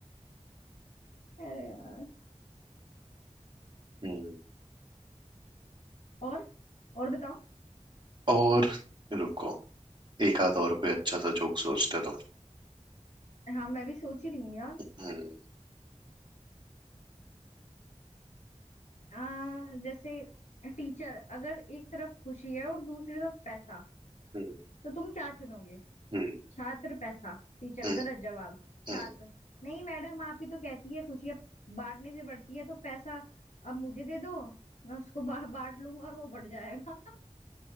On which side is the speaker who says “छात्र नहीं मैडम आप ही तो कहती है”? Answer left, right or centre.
Left